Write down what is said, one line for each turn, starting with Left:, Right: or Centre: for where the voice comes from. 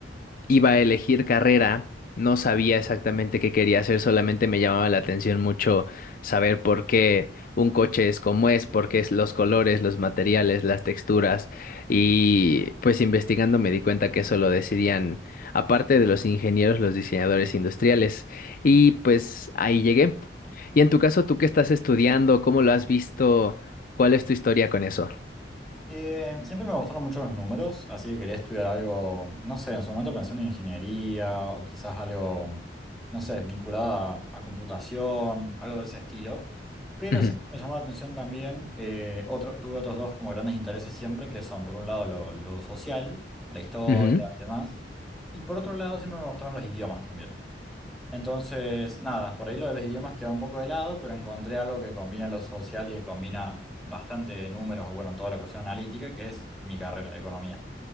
Left: iba a elegir carrera, no sabía exactamente qué quería hacer, solamente me llamaba la atención mucho saber por qué un coche es como es, por qué es los colores, los materiales, las texturas. Y pues investigando me di cuenta que eso lo decidían, aparte de los ingenieros, los diseñadores industriales. Y pues ahí llegué. Y en tu caso, ¿tú qué estás estudiando? ¿Cómo lo has visto? ¿Cuál es tu historia con eso?
Centre: Eh, siempre me gustaron mucho los números, así que quería estudiar algo, no sé, en su momento pensé en ingeniería o quizás algo, no sé, vinculado a, a computación, algo de ese estilo. Pero
Left: Ujú,
Centre: siempre me llamó la atención también, eh, otro, tuve otros dos como grandes intereses siempre, que son por un lado lo, lo social, la historia
Left: ujú.
Centre: y demás, y por otro lado siempre me gustaron los idiomas también. Entonces, nada, por ahí lo de los idiomas queda un poco de lado, pero encontré algo que combina lo social y que combina bastante números, o bueno, toda la cuestión analítica, que es mi carrera, economía.